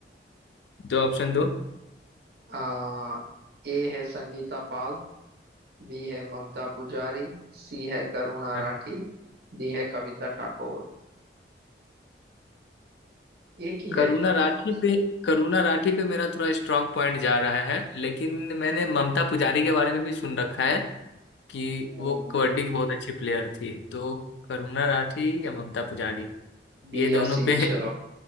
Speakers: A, on the left; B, on the right.
A: दो ऑप्शन दो
B: आ, ए है संगीता पाल बी है ममता पुजारी सी है करुणा
A: हाँ।
B: राठी डी है कविता ठाकुर एक ही
A: करुणा
B: है जो फेमस
A: राठी पे
B: है
A: करुणा राठी पे मेरा थोड़ा स्ट्रांग पॉइंट जा रहा है लेकिन मैंने ममता पुजारी के बारे में भी सुन रखा है कि वो
B: हम्म
A: कबड्डी की बहुत अच्छी प्लेयर थी तो करुणा राठी या ममता पुजारी
B: बी
A: ये दोनों
B: या सी
A: पे
B: चलो